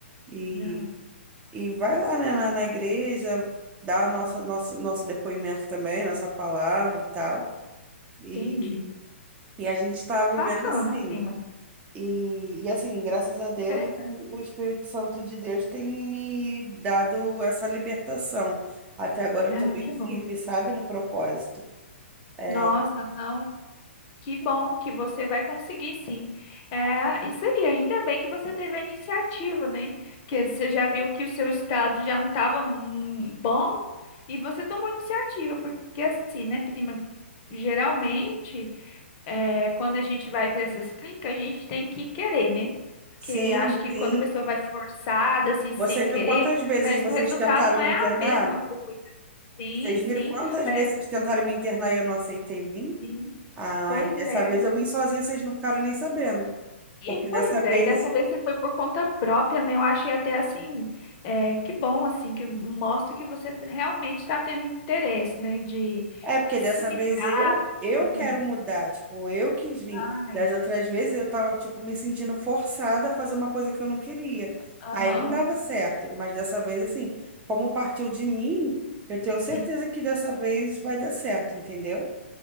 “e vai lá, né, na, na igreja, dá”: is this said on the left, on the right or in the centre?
Right